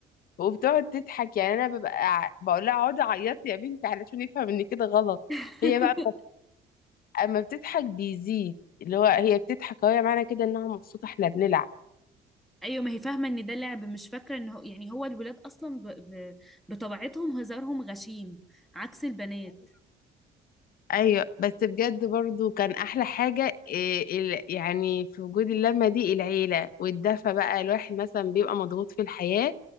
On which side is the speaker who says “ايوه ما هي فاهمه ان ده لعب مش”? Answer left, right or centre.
Centre